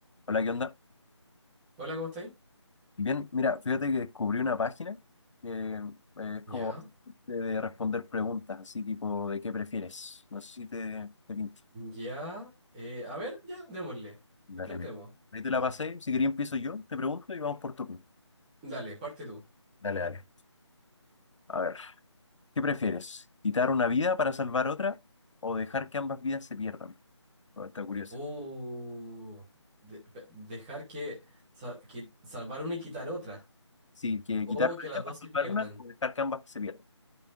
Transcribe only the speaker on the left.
Hola, ¿qué onda?
Bien, mira, fíjate que descubrí una página que eh, es como
de, de responder preguntas, así tipo de qué prefieres. No sé si te, te pinta.
Dale,
dale. Ahí te la pasé. Si quería empiezo yo, te pregunto y vamos por turno.
Dale, dale. A ver, ¿qué prefieres? ¿Quitar una vida para salvar otra o dejar que ambas vidas se pierdan? Bueno, está curioso.
Sí, que
quitar una
vida
para salvar
una o dejar que ambas se pierdan.